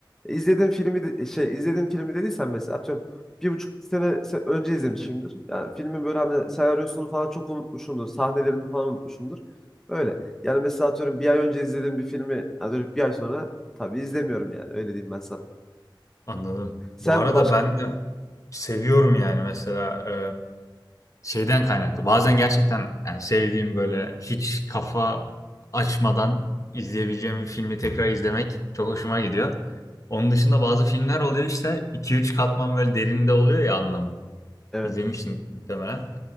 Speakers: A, in the centre; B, on the left.
A: e, izlediğim filmi de- şey izlediğim filmi dediysen mesela atıyorum bir buçuk iki sene se- önce izlemişimdir. Yani filmin böyle hani senaryosunu falan çok unutmuşumdur. Sahnelerini falan unutmuşumdur. Öyle. Yani mesela atıyorum bir ay önce izlediğim bir filmi yani dönüp bir ay sonra tabii izlemiyorum yani. Öyle diyeyim ben sana.
B: Anladım.
A: Sen
B: Bu arada
A: başka...
B: ben de seviyorum yani mesela e, şeyden kaynaklı. Bazen gerçekten yani sevdiğim böyle hiç kafa açmadan izleyebileceğim bir filmi tekrar izlemek çok hoşuma gidiyor. Onun dışında bazı filmler oluyor işte iki üç katman böyle derinde oluyor ya anlamı.
A: Evet.
B: İzlemişsin muhtemelen.